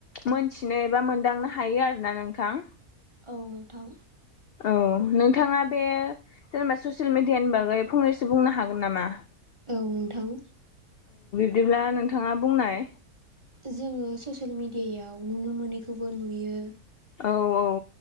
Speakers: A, on the left; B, on the right.
A: मोनथिनो एबा मोनदांनो हायो आरोना नोंथां
B: औ नोंथां
A: औ नोंथाङा बे जेनेबा ससियेल मिडियानि बागै फंनैसो बुंनो हागोन नामा
B: औ नोंथां
A: बिदिब्ला नोंथाङा बुंनाय
B: जोङो ससियेल मिडियायाव नुनो मोनैखौबो नुयो
A: औ औ